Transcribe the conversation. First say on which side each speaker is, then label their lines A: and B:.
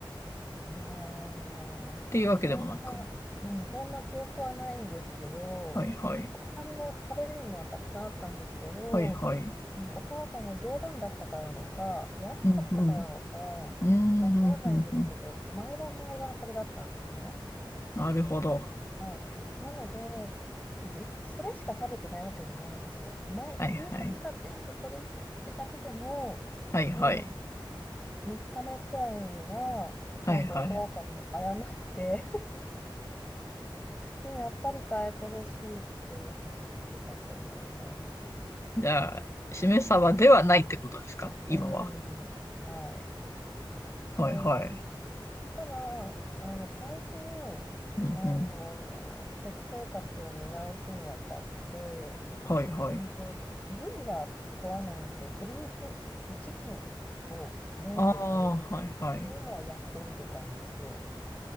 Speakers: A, on the left (about 15°); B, on the left (about 35°).
A: いやー、
B: ていうわけでもなく。
A: そんな、うん、そんな記憶はないんですけど、
B: はいはい。
A: そ他にも食べれるものはたくさんあったんですけど、
B: はいはい。
A: うんお母さんが冗談だったからなのか、安かったからなのか、
B: うんうん。うんうんうんうん。
A: わからないんですけど、毎晩毎晩それだったんですね。
B: なるほど。
A: はい。なので、ずっとそれしか食べてないわけじゃないんですよ。毎、
B: はいはい。
A: 夕食が全部それってだけでも、
B: はいはい。
A: もうなんか3日目くらいには、
B: はいはい。
A: なんかお母さんに謝ってで、やっぱり変えてほしいって言ってたと思います。
B: じゃあ、しめ鯖ではないってことですか今は。
A: うん、はい。
B: はいはい。
A: で、ただ、あの、最近、
B: うんうん。
A: あの、食生活を見直すにあたって、
B: はいはい。
A: で、部位は問わないので、鶏肉、まチキンをメインで食べようっていうのはやってみてたんですよ。
B: ああ、はいはい。